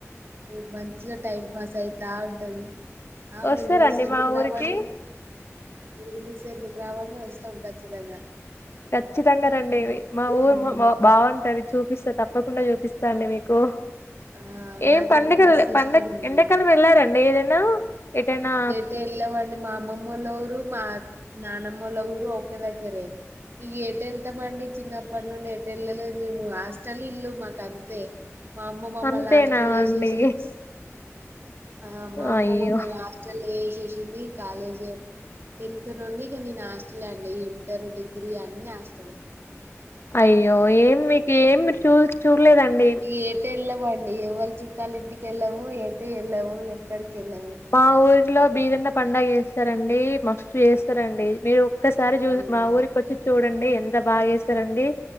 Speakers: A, on the right; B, on the left.
A: మీకు మంచిగా టైం పాస్ అయితా ఉంటది ఆ
B: వస్తారండి
A: మీరు పిలిస్తే ఎందుకు
B: మా
A: రామండి
B: ఊరికి
A: మీరు పిలిస్తె ఎందుకు రామండి వస్తం ఖచ్చితంగా
B: ఖచ్చితంగా రండి మా ఊరు
A: ఉమ్
B: మా బాగుంటది చూపిస్తా తప్పకుండా చూపిస్తా అండి మీకు
A: ఆ
B: ఏం
A: నాకైతే
B: పండగ
A: మస్తు ఇష్టం
B: పండగ
A: అండి
B: ఎండకాలం వెళ్ళారండి ఏదైనా ఎటైనా
A: అ వెళ్ళమండి మా అమ్మమ్మల ఊరు మా నానమ్మల ఊరు ఒక దగ్గరే ఇక ఏటెళ్తాం అండి చిన్నప్పటి నుండి ఏటెళ్ళలేదు మేము హాస్టల్ ఇల్లు మాకు అంతే మా అమ్మ మమ్మల్ని
B: అంతేనా
A: హాస్టళ్ల వేశేసింది
B: అండి
A: ఆ మా అమ్మ
B: అయ్యో
A: మమ్మల్ని హాస్టల్ల వేసేసింది కాలేజ్ టెన్త్ నుండి ఇక నేను హాస్టలె అండి ఇంటర్ డిగ్రీ అన్నీ హాస్టలే
B: అయ్యో ఏం మీకు ఏమి మీరు చూడలేదండి
A: ఇక ఎటు వెళ్ళమండి ఎవళ చుట్టాల ఇంటికెళ్ళము ఎటు వెళ్ళము ఎక్కడికి వెళ్ళము
B: మా ఊరిలో బీరన్న పండుగ చేస్తరండి మస్తు చేస్తరండి మీరు ఒక్కసారి చూ
A: అవునా
B: మా ఊరిక వచ్చి చూడండి ఎంత బాగా చేస్తారండి